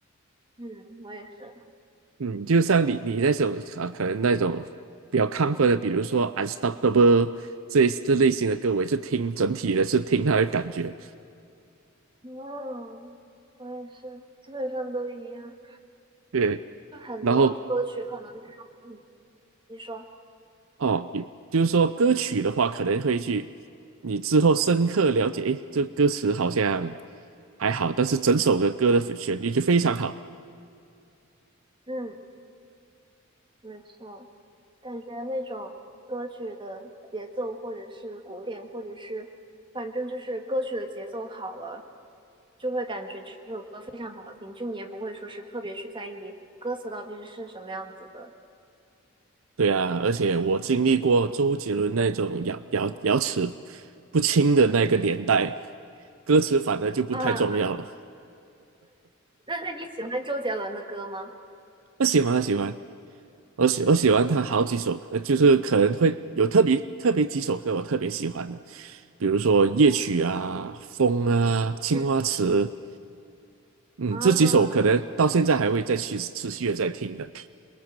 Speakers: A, on the right (about 25°); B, on the right (about 70°).
A: 嗯，我也是。
B: 嗯，就像你你那首啊，可能那种比较亢奋的，比如说《Unstoppable》这这类型的歌，我也是听整体的是听它的感觉。
A: 哦，我也是，基本上都一样。
B: 对，
A: 就很多歌曲可能它
B: 然后
A: 嗯，你说，
B: 哦，也就是说歌曲的话，可能会去你之后深刻了解，诶，这歌词好像还好，但是整首的歌的旋律就非常好。
A: 嗯，没错，感觉那种歌曲的节奏，或者是鼓点，或者是反正就是歌曲的节奏好了，就会感觉这首歌非常好听，就你也不会说是特别去在意歌词到底是什么样子的
B: 对啊，而且我经历过周杰伦那种咬咬咬齿不清的那个年代，歌词反而就不太重要了。
A: 啊。那那你喜欢周杰伦的歌吗？
B: 我喜欢，我喜欢，我喜我喜欢他好几首歌，
A: 喜欢，
B: 就是可能会有特别特别几首歌我特别喜欢的。比如说夜曲啊、
A: 哦，
B: 风啊、青花瓷
A: 嗯
B: 嗯，
A: 啊，
B: 这几首可能到现在还会再去持续的在听的。